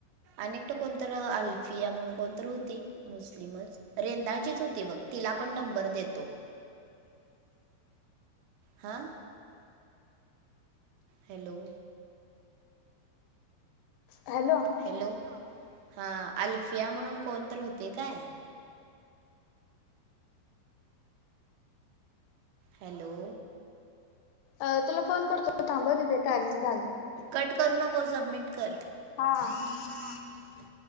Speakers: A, on the right; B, on the left.
A: अनेकट कोणत अल्फिया म्हणून कोणत होती मुस्लिमच रेंदाळचीच होती बघ तिला पण नंबर देतो हा हॅलो
B: हॅलो
A: हॅलो हा अल्फिया म्हणून कोण तर होते काय हॅलो
B: अ तुला फोन करतो थांब ते टायमिंग झालं
A: कट करू नको सबमिट कर
B: हा हा
A: हा